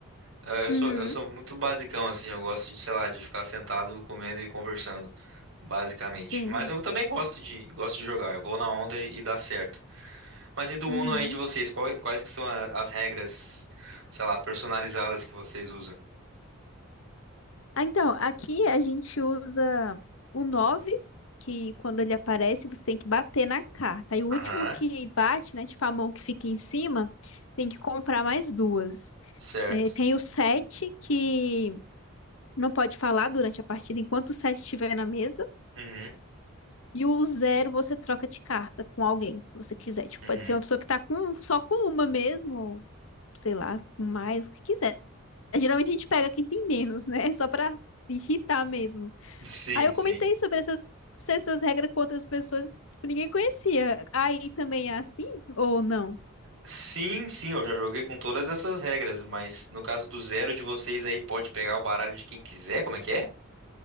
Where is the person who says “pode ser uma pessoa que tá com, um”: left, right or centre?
Left